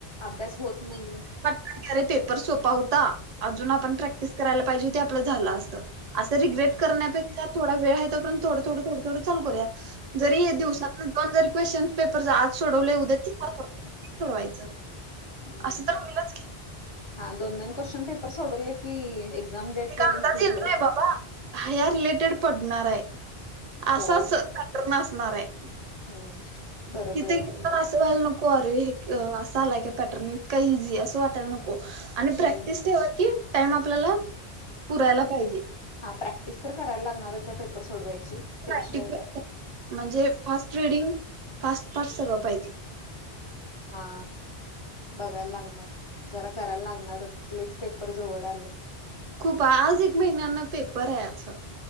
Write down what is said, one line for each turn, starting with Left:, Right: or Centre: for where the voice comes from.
Left: अभ्यास होत नाहीये.
Right: पटकन पेपर सोपा होता. अजून आपण प्रॅक्टिस करायला पाहिजे होती. आपलं झालं असत. असं
Left: हम्म
Right: रिग्रेट करण्यापेक्षा थोडा वेळ आहेपर्यंत थोडं, थोडं, थोडं संपू द्या. जरी हे
Left: हम्म.
Right: दिवसांतन दोनदा क्वेश्न पेपर आज सोडवले. उद्या <unintelligible> सोडवायचं.
Left: हम्म.
Right: असं तर होईलच की,
Left: हा दोन- दोन क्वेश्चन पेपर सोडवले की, एक्झाम डेट पर्यंत
Right: एक अंदाज
Left: होईलच.
Right: येईल ना बाबा, हे या रिलेटेड पडणार आहे.
Left: होय
Right: असं असं पॅटर्न असणार आहे.
Left: <unintelligible>
Right: इथं
Left: आहे.
Right: <unintelligible> असं व्हायला नको, अरे! हे असं आलाय काय पॅटर्न, इतका इझी असं वाटायला नको. आणि प्रॅक्टिस
Left: हम्म.
Right: ठेवा. की, टाइम आपल्याला पुरायला पाहिजे.
Left: हा! प्रॅक्टिस तर करायला लागणारच आहे. पेपर सोडवायची. त्याशिवाय
Right: नाईन्टी म्हणजे फास्ट रीडिंग, फास्ट, फास्ट सगळ पाहिजे.
Left: हा! बघायला लागणार. जरा करायला लागणारच लईच पेपर जवळ आलेत.
Right: खूप! आज एक महिन्यांना पेपर आहे आज.